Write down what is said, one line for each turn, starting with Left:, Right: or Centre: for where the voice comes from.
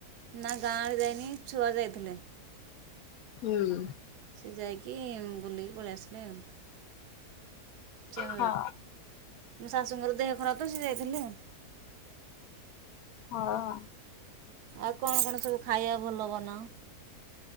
Right: ନା ଗାଁ ଆଡେ ଯାଇନି ଛୁଆ ଯାଇଥିଲେ।
Left: ହୁଁ।
Right: ସେ ଯାଇକି ବୁଲିକି ପଳେଇ ଆସିଲେ ଆଉ। ଚିଉଁ
Left: ହଁ
Right: ମୋ ଶାଶୁଙ୍କର ଦେହ ଖରାପ ତ ସେ ଯାଇଥିଲେ ଆଉ।
Left: ହ ଅଁ।
Right: ଆଉ କଣ କଣ ସବୁ ଖାଇବା ଭଲ ବନାଅ?